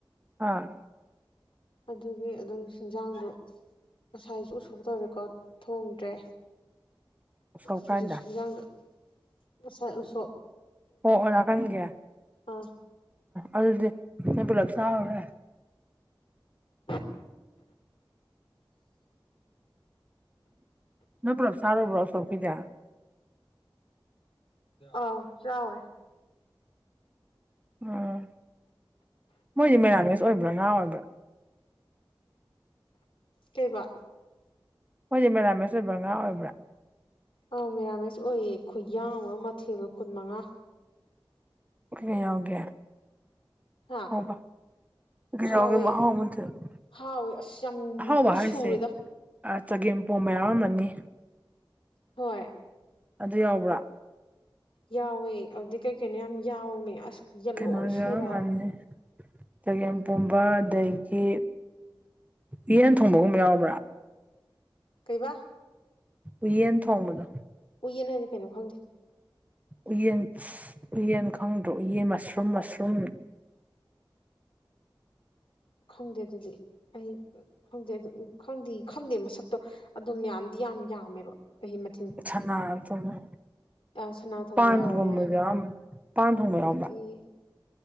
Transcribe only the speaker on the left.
ꯑꯗꯨꯒꯤ ꯑꯗꯨꯝ ꯍꯤꯟꯖꯥꯡꯗꯨ ꯉꯁꯥꯏꯁꯨ ꯎꯁꯣꯕ ꯇꯧꯔꯦꯀꯣ ꯊꯣꯡꯗ꯭ꯔꯦ
ꯍꯧꯖꯤꯛꯁꯨ
ꯍꯤꯖꯥꯡꯗꯨ ꯉꯁꯥꯏ ꯎꯁꯣꯕ
ꯑꯥ
ꯎꯝ
ꯑꯥꯎ ꯆꯥꯎꯔꯦ
ꯀꯩꯕ
ꯑꯥꯎ ꯃꯦꯔꯥꯃꯤꯁ ꯑꯣꯏꯌꯦ ꯈꯨꯌꯥꯝ ꯑꯃ ꯃꯊꯦꯜꯗꯣ ꯀꯨꯟ ꯃꯉꯥ
ꯍꯥ
ꯍꯥꯎꯋꯦ
ꯍꯥꯎꯋꯦ ꯑꯁ ꯌꯥꯝ
ꯂꯣꯏ
ꯁꯨꯔꯦꯗ
ꯍꯣꯏ
ꯌꯥꯎꯋꯦ ꯑꯗꯨꯗꯩꯩ ꯀꯩ ꯀꯩꯅꯣ ꯌꯥꯝ ꯌꯥꯎꯃꯦ ꯑꯁ ꯌꯦꯟꯁꯥꯡ
ꯂꯣꯏ ꯁꯨꯔꯦ
ꯍꯥꯏꯕ
ꯀꯩꯕ
ꯎꯌꯦꯟ ꯍꯥꯏꯁꯦ ꯀꯩꯅꯣ ꯈꯪꯗꯦ
ꯈꯪꯗꯦ ꯑꯗꯨꯗꯤ ꯑꯩ ꯈꯪꯗꯦ ꯑꯗꯨ ꯈꯪꯗꯦ ꯈꯪꯗꯦ ꯃꯁꯛꯇꯣ ꯑꯗꯨꯝ ꯌꯥꯝꯗꯤ ꯌꯥꯝ ꯌꯥꯝꯃꯦꯕ ꯃꯁꯛ
ꯑ ꯁꯅꯥ ꯊꯣꯡꯕ
ꯌꯥꯎꯔꯦ
ꯑꯗꯒꯤ